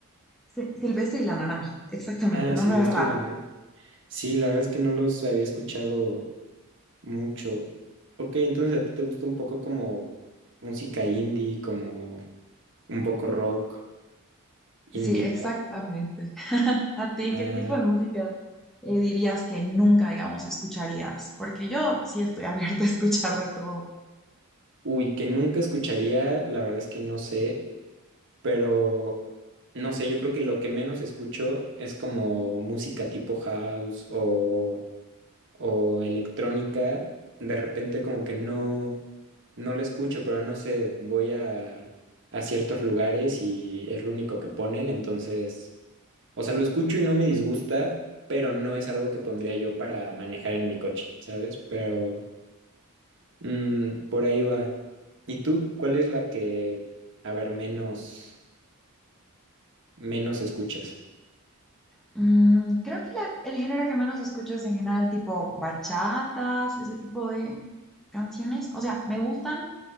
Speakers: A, in the centre; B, on the right.
A: Si- Silvestre y la Naranja, exactamente,
B: Ah,
A: nombre
B: Silvestre
A: raro.
B: y la Nave. Sí, la verdad es que no los había escuchado mucho. Ok, entonces a ti te gusta un poco como música indie, como un poco rock indie,
A: Sí, exactamente.
B: ¿no?
A: <laughs> ¿A ti
B: Ah,
A: qué tipo de música eh, dirías que nunca, digamos, escucharías? Porque yo sí estoy <laughs> abierta a escuchar de todo.
B: uy, que nunca escucharía, la verdad es que no sé, pero no sé, yo creo que lo que menos escucho es como música tipo house o o electrónica, de repente como que no, no la escucho, pero no sé, voy a, a ciertos lugares y es lo único que ponen, entonces, o sea, lo escucho y no me disgusta, pero no es algo que pondría yo para manejar en mi coche, ¿sabes? Pero mm, por ahí va. ¿Y tú, cuál es la que, a ver, menos, menos escuchas?
A: Mm, creo que la- el género que menos escucho es en general tipo bachatas, ese tipo de canciones. O sea, me gustan,